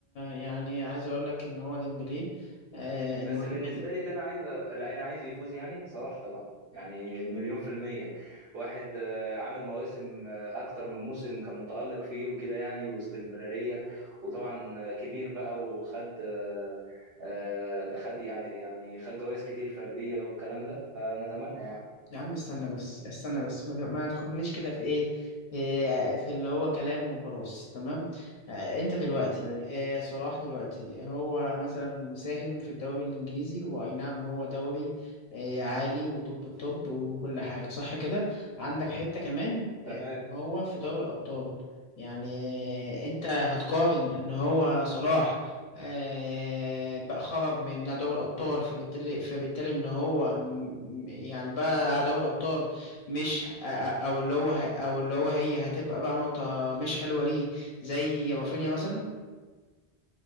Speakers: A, on the left; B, on the right.
A: يعني عايز اقول لك ان هو ديمبلي آه المفروض
B: بس بالنسبه لي اللي انا عايزه اللي انا عايزه يفوز يعني صلاح طبعا يعني مليون في المية واحد آه، عامل مواسم آه، أكتر من موسم كان متألق فيه وكده يعني واستمرارية وطبعا آه، كبير بقى وخد آه، آه، خد يعني يعني خد جوائز كتير فردية والكلام ده فنتمنى يعني
A: يا عم استنى بس استنى بس ما ت- ما تاخدنيش كده في ايه في في اللي هو كلام وخلاص تمام آه، انت دلوقتي
B: ماشي.
A: آه، صلاح دلوقتي هو مثلا مساهم في الدوري الانجليزي واي نعم هو دوري آه، عالي وطب الطب وكل حاجه صح كده عندك حته كمان
B: تمام
A: آه، هو في دوري الابطال يعني آه، انت هتقارن ان هو صلاح آه، بقى خرج من دوري الأبطال فبالتالي فبالتالي إن هو م- يعني بقى على دوري الأبطال مش أو اللي هو ه- أو اللي هو هي هتبقى بقى نقطة مش حلوة ليه زي رافينيا مثلا